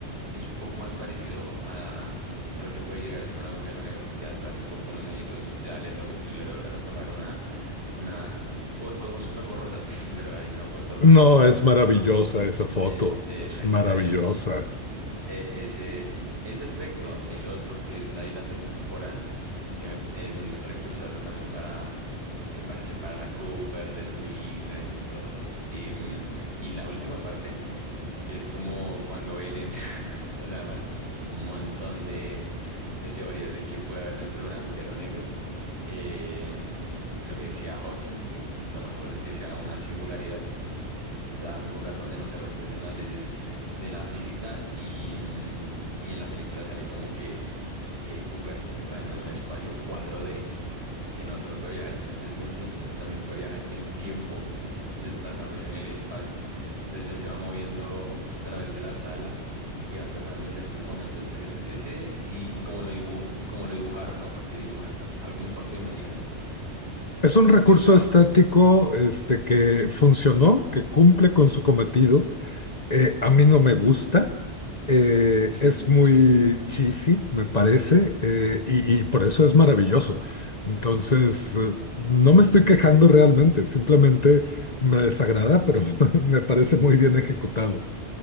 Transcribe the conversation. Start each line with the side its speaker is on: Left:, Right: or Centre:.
Right: es un poco más parecido a, a lo que puede llegar a ser un agujero negro, que hasta hace poco, unos añitos, ya le, to- le lograron tomar una, una foto súper borrosa, <laughs> pero hay una foto
Left: No, es maravillosa esa
Right: de,
Left: foto,
Right: de
Left: es
Right: Sagitarios.
Left: maravillosa.
Right: E- ese, ese aspecto, el otro, que es la dilatación temporal, que me- es un recursazo también para, mm, sí, para separar a Cooper de su hija y todo. Y, mm, y la última parte, que es como cuando él entra, <laughs> o sea, bueno, hay un montón de, de teorías de qué puede haber dentro de un agujero negro. eh, lo que decía Hawking, que lo más probable es que sea una singularidad, o sea, un lugar donde no se respeten las leyes de la física y, mm, y en la película sale como que eh, Cooper está en un espacio cuatro d que no solo puede viajar en sus tres dimensiones, sino que también puede viajar en el tiempo, desplazándose en el espacio. Entonces él se va moviendo a través de la sala y va encontrando diferentes momentos. Es, ese, y, y como lo dibujo, como lo dibujaron, ¿no? Porque dibujar algo en cuatro dimensiones está
Left: Es un
Right: complicado.
Left: recurso estético, este, que funcionó, que cumple con su cometido, eh, a mí no me gusta, eh,
Right: <laughs>
Left: es muy cheesy, me parece, eh, y, y por eso es maravilloso. Entonces, eh, no me estoy quejando realmente, simplemente me desagrada, pero <laughs> me parece muy bien ejecutado.